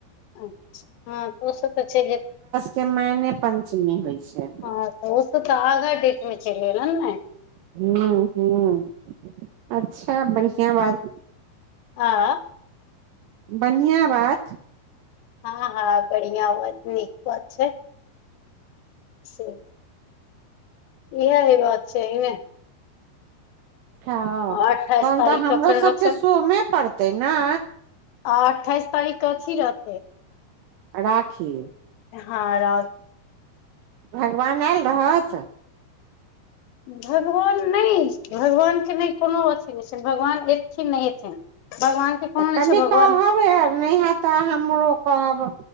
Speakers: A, on the left; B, on the right.
A: अच्छा हँ तो सभ तऽ छै
B: के मैने पंचमी होइ छै
A: हँ तऽ ओस तऽ आगा टमे चल गेल ने
B: ह ह अच्छा बढ़िआ बात
A: आ
B: बढ़िआ बात
A: ह ह बदिआ बात नीक बात छै से इह बात छै ने
B: ह
A: अठाइस
B: तहन
A: तारीख
B: तऽ हमरो
A: के फेर
B: सभके
A: रक्षा
B: सोमे पड़तै ने
A: आ अठाइस तारीख कऽ अथी रहतै
B: राखी।
A: ह र
B: भगवान आयल रहत
A: भगवान नहि भगवानके नहि कोनो अथि नहि छनि भगवान एथिन नहि अथिन भगवान। के कोनो
B: तऽ
A: नहि
B: कनि
A: छै भगवान
B: कहब आ नहि तऽ हमरो कहब